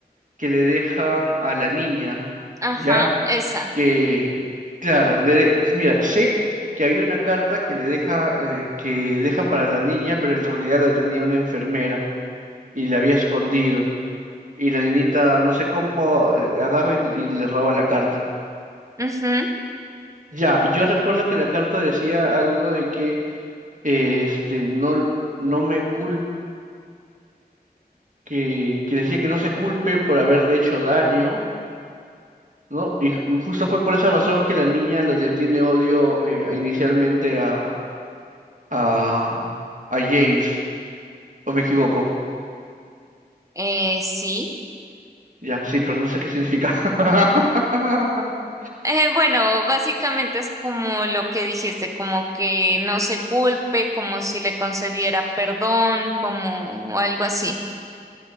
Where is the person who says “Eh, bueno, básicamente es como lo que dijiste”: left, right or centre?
Right